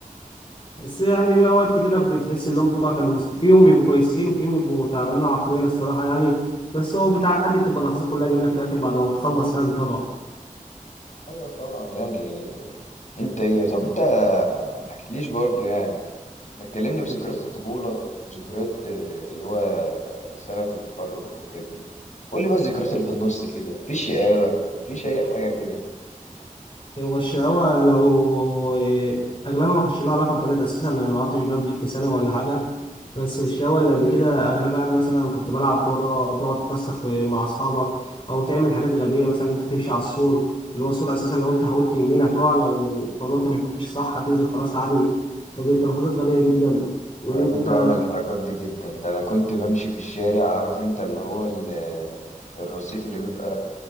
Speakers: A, on the left; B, on the left.
A: بس يعني في اوقات كتيرة بتحس ان هم كانوا فيهم بيبقوا كويسين وفيهم بيبقوا تعبانين عقليا الصراحة يعني بس هو بتعدي بتبقى اللحظات كلها جميلة في الاخر بعد ما بتخلص يعني طبعا
B: أيوة طبعا يعني انت ايه طب انت ما حكيتليش برضو يعني احنا اتكلمنا في ذكريات الطفولة وذكريات آه، اللي هو سنة التخرج والحاجات دي قول لي بقى الذكريات اللي في النص كده مفيش شقاوة مفيش اي حاجة كده
A: هو الشقاوة لو أغلبها ما كانش لها علاقة ببنات أساسا أنا ما عرفتش بنات غير في سنة ولا حاجة بس الشقاوة اللي قبل كده أغلبها يعني مثلا كنت بلعب كورة تقعد تكسر في مع أصحابك أو تعمل حاجات غبية مثلا أنت تمشي على السور اللي هو السور أساسا لو أنت حاولت يمين هتقع لو فضلت ماشي صح هتنزل خلاص عادي كانت بتبقى لحظات غبية جدا واللي
B: انا كنت
A: أنت
B: بعمل الحركات دي جدا ده انا كنت بمشي في الشارع عارف انت اللي هو ال- الرصيف اللي بيبقى